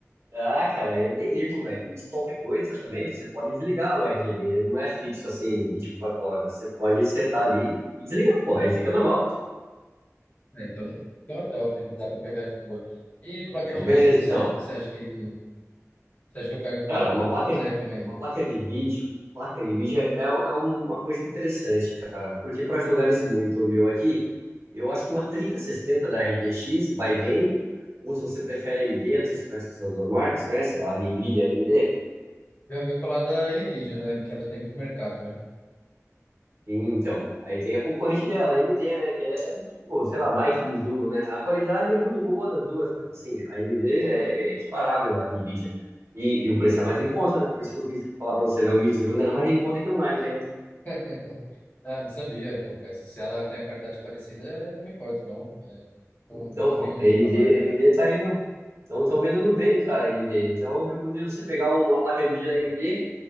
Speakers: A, on the right; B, on the left.
A: Ah, cara, eu nem ligo, velho. E qualquer coisa também, você pode desligar o RGB. Ele não é fixo assim, 24 horas. Você pode setar ali e desligar, pô. Aí fica normal.
B: Ah, então, então é top, dá pra pegar de boa. E placa
A: Então,
B: de
A: beleza,
B: vídeo, você
A: então.
B: acha, você acha que, você acha que eu pego qual?
A: Cara,
B: Qual,
A: uma
B: qual
A: placa,
B: que você recomenda?
A: uma placa de vídeo, placa de vídeo é, é uma coisa interessante, cara. Porque para jogar nesse monitor meu aqui, eu acho que uma trinta sessenta da RTX vai bem. Ou se você prefere AMD, não sei se você conhece essas duas marcas, conhece? A NVIDIA e a AMD?
B: Eu ouvi falar da Nvidia, né? Porque ela tem muito mercado, né?
A: Sim, Então, aí tem a concorrente dela, a AMD, né? Que é tipo, sei lá, Nike, Mizuno, né? A qualidade é muito boa das duas, cara. Assim, a AMD é equiparável à Nvidia. E, e o preço é mais em conta, né? Por isso que eu quis falar pra você, né? O Mizuno é mais em conta que o Nike, né?
B: <laughs> Ah, não sabia, pô, mas se ela tem a qualidade parecida, eu não me importo, não. É, Não,
A: Então,
B: não
A: pô,
B: ligo
A: a
B: muito
A: AMD,
B: pra marca,
A: a AMD
B: não.
A: tá indo. Então, estão vendendo bem, cara, a AMD. Então, eu recomendo você pegar um, uma placa de vídeo da AMD.